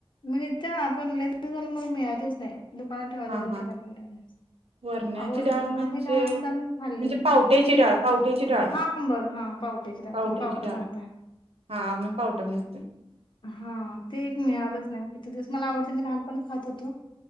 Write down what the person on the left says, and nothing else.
मिळत्या पण लय दिवस झालं मला मिळालीच नाही. दुकानात ठेवायचं
बंद
केला
<unintelligible> आवडतो
हा
मी लहान असताना मग खाल्लेलं.
हाम बघ हा पावट्याची डाळ
तुम्ही पावट
म्हणताय.
हा ते एक मिळालंच नाही किती दिवस मला आवडतय मी लहानपणी. खात होतो.